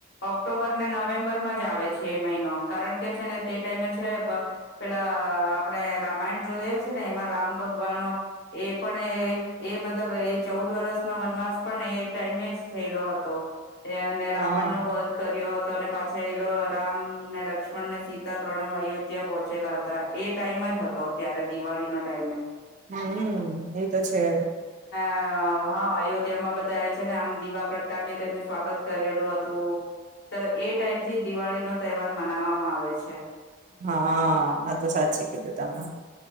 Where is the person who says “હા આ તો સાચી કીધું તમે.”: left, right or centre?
Right